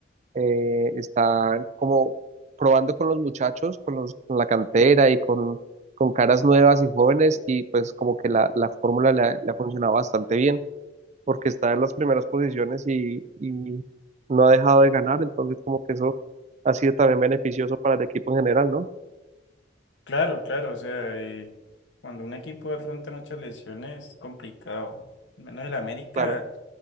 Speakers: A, on the right; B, on the left.
A: eh, está como probando con los muchachos, con los, con la cantera y con, con caras nuevas y jóvenes y pues como que la, la fórmula le ha, le ha funcionado bastante bien porque está en las primeras posiciones y, y no ha dejado de ganar, entonces como que eso ha sido también beneficioso para el equipo en general, ¿no?
B: Claro, claro, o sea, eh, cuando un equipo afronta muchas lesiones es complicado. Al Menos el América,
A: Claro,